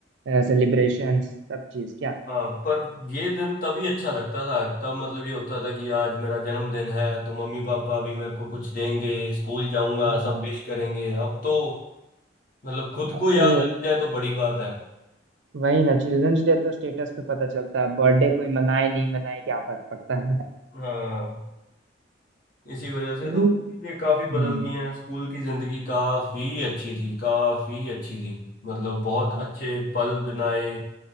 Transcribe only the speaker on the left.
हाँ पर ये दिन तभी अच्छा लगता था तब मतलब ये होता था कि आज मेरा जन्मदिन है तो मम्मी पापा भी मेरे को कुछ देंगे स्कूल जाऊंगा
सब विश करेंगे अब तो मतलब खुद
को याद
रह जाए तो बड़ी बात है
हाँ इसी वजह से
तो चीजें काफी
बदल गई हैं स्कूल की जिंदगी काफी अच्छी थी काफी अच्छी थी मतलब बहुत
अच्छे पल बनाए